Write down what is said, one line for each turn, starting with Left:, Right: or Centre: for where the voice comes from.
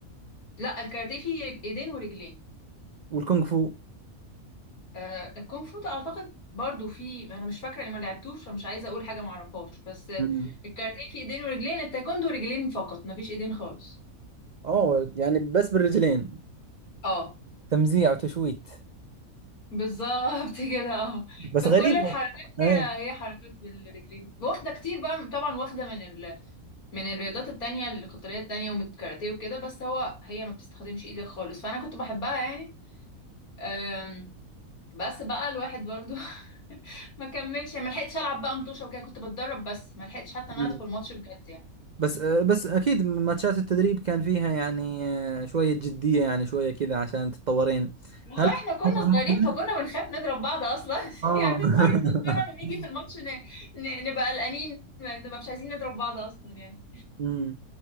Left: لا الكاراتيه فيه رج- إيدين ورجلين
Right: والكونغ فو
Left: آه الكونغ فو ده أعتقد برضو فيه أنا مش فاكرة إني ما لعبتوش فمش عايزة أقول حاجة ما أعرفهاش بس آه،
Right: امم
Left: الكاراتيه فيه إيدين ورجلين التايكوندو رجلين فقط ما فيش إيدين خالص
Right: اوه يعني بس بالرجلين
Left: اه
Right: تمزيع وتشويت
Left: بالظبط <laughs> كده اه
Right: بس
Left: فكل
Right: غريب
Left: الحركات
Right: آه.
Left: هي هي حركات بالرجلين واخدة كتير بقى طبعا واخدة من من الرياضات التانية القتالية التانية والكاراتيه وكده بس هو هي ما بتستخدمش ايدك خالص فأنا كنت بحبها يعني أم، بس بقى الواحد برضو <laughs> ما كملش يعني ما لحقتش ألعب بقى مطوشة وكده كنت بتدرب بس ما لحقتش حتى إن
Right: مم.
Left: أنا أدخل ماتش بجد يعني
Right: بس آه، بس اكيد ماتشات التدريب كان فيها يعني آه، شويه جديه يعني شويه كذا عشان تتطورين
Left: والله
Right: فهل كان
Left: احنا كنا
Right: أفضل
Left: صغيرين
Right: مؤهلة؟
Left: فكنا بنخاف نضرب بعض اصلا <laughs>
Right: اه
Left: يعني بنتمرن بنتمرن
Right: <laughs>
Left: ونيجي في الماتش ن... ن... نبقى قلقانين ما- نبقى مش عايزين نضرب بعض اصلا يعني
Right: مم.